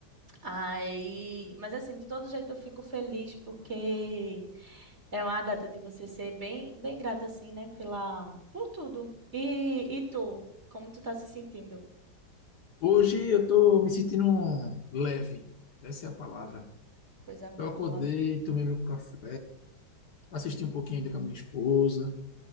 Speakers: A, on the right; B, on the left.
A: Aí, mas assim, de todo jeito eu fico feliz porque é uma data de você ser bem, bem grata assim, né, pela por tudo. E e tu, como tu tá se sentindo?
B: Hoje eu tô me sentindo leve. Essa é a palavra.
A: Coisa boa,
B: Eu acordei, tomei meu café, assisti um pouquinho ainda com a minha esposa.